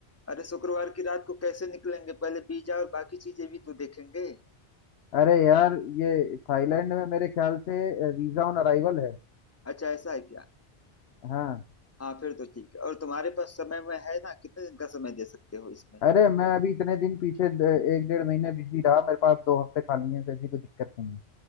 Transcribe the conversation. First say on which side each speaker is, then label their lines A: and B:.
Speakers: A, on the left; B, on the left.
A: अरे शुक्रवार की रात को कैसे निकलेंगे पहले वीजा और बाकी चीजें भी तो देखेंगे
B: अरे यार ये थाईलैंड में मेरे ख्याल से वीजा ऑन अराइवल है
A: अच्छा ऐसा है क्या
B: हाँ
A: हाँ फिर तो ठीक है और तुम्हारे पास समय में है ना कितने दिन का समय दे सकते हो इसमें
B: अरे मैं अभी इतने दिन पीछे द- एक डेढ़ महीने बिजी रहा मेरे पास दो हफ्ते खाली हैं किसी कोई दिक्कत नहीं है